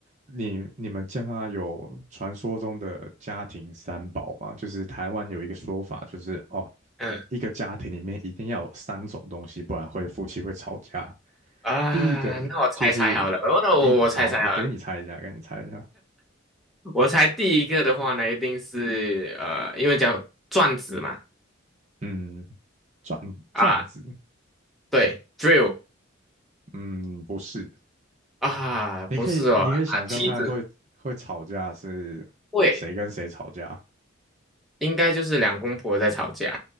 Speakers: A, on the right; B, in the centre.
A: 你你们家有传说中的家庭三宝吗？就是台湾有一个说法，就是哦，
B: 嗯
A: 一个家庭里面一定要有三种东西，不然会夫妻会吵架。
B: 啊，
A: 第一个就是
B: 那我猜猜好了，哦，那我我猜猜好了，
A: 第，好，你给你猜一下，给你猜一下，
B: 我猜第一个的话呢，一定是呃，因为叫转子嘛，
A: 嗯，转转子，
B: 啊，对，drill
A: 嗯，不是，
B: 啊，不是哦，
A: 你可以你可以想象看会会吵架是谁跟谁吵架。
B: 啊，梯子，会，应该就是两公婆在吵架，